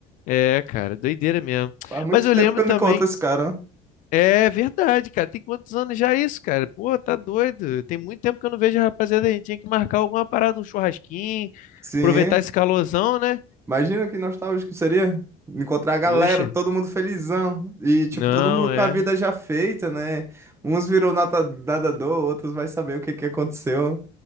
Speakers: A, on the left; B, on the right.
A: É, cara, doideira mesmo.
B: Faz muito
A: Mas eu
B: tempo
A: lembro
B: que eu
A: também.
B: não encontro esse cara. ó.
A: É verdade, cara. Tem quantos anos já isso, cara? Pô, tá doido. Tem muito tempo que eu não vejo a rapaziada. A gente tinha que marcar alguma parada, um churrasquinho,
B: Sim.
A: aproveitar esse calorzão, né?
B: Imagina que nostálgico seria encontrar a galera,
A: Poxa,
B: todo mundo felizão. E, tipo,
A: não
B: todo mundo com
A: é.
B: a vida já feita, né? Uns virou nata- nadador, outros vai saber o que que aconteceu.